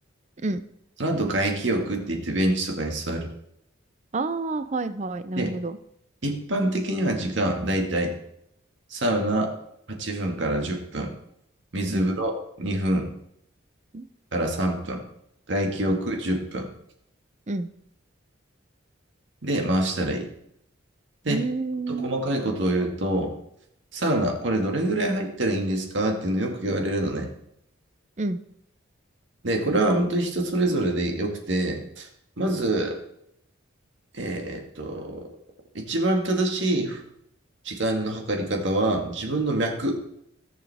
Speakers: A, on the right (about 35°); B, on the right (about 60°).
A: うん。
B: その後外気浴って言ってベンチとかに座る。
A: ああ、はいはい。なるほど。
B: で、一般的には時間、だいたいサウナ8分から10分、水風呂2分
A: うん。うん。
B: から3分、外気浴10分
A: うん。
B: で回したらいい。で、
A: うーん。
B: ちょっと細かいことを言うと、サウナ、これどれぐらい入ったらいいんですかっていうのよく言われるのね。
A: うん。
B: で、これは本当に人それぞれでよくて、まず、えっと、一番正しい時間の測り方は、自分の脈、